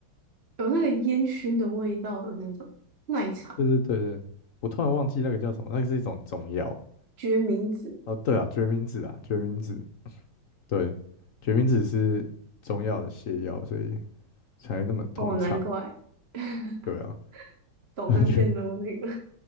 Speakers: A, on the right; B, on the left.
A: 有那个烟熏的味道的那种奶茶
B: 对对对对，我突然忘记那个叫什么，那个是一种中药。
A: 决明子
B: 哦，对啊，决明子啊，决明子，对，决明子是中药的泻药，所以。才那么通畅。
A: 哦，难怪 <laughs>
B: 对啊，<laughs>
A: 早餐店都有那个，
B: 我觉得